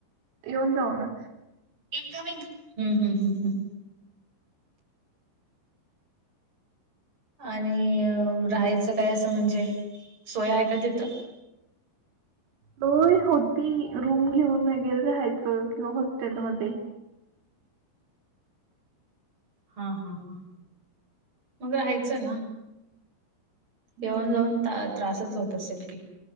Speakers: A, on the right; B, on the right.
A: येऊन जाऊन च
B: इनकामींग ह् ह् ह ह आणि राहायचं काय असं म्हणजे सोय आहे का तिथं
A: होय होती रूम घेऊन वगैरे राहायचं किंवा हॉस्टेलमध्ये
B: हा हा हा मग राहायचं ना येऊन
A: नाही.
B: जाऊन त त्रासच होत असेल की